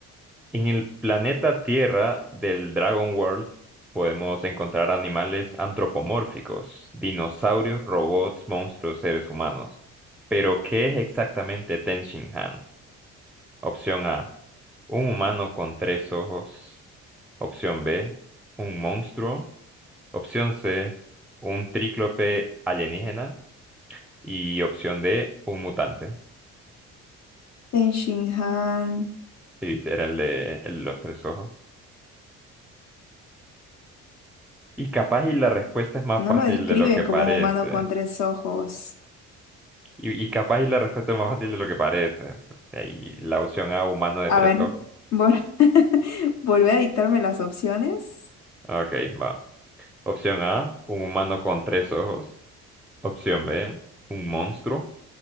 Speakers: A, in the centre; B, on the left.
A: En el planeta Tierra del Dragon World podemos encontrar animales antropomórficos, dinosaurios, robots, monstruos, seres humanos. Pero, ¿qué es exactamente Tenshinhan? Opción A, un humano con tres ojos. Opción B, un monstruo. Opción C, un tríclope alienígena. Y opción D, un mutante.
B: Ten Shin Han.
A: Sí, viste, era el de el de los tres ojos. Y capaz y la respuesta es más
B: No
A: fácil
B: lo describen
A: de lo que
B: como
A: parece.
B: un humano con tres ojos.
A: Y, y capaz y la respuesta es más fácil de lo que parece. Eh, Y la opción A, humano de
B: A
A: tres
B: ver,
A: ojos.
B: vol <laughs> volví a dictarme las opciones.
A: Ok, va. Opción A, un humano con tres ojos. Opción B, un monstruo.